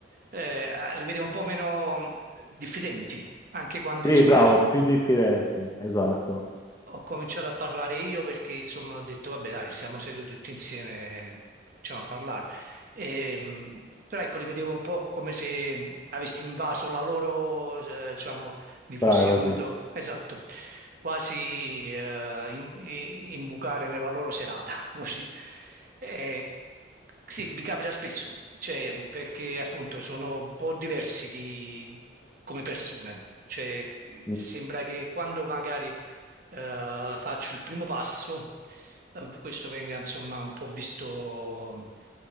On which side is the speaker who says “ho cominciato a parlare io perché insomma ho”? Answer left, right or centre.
Right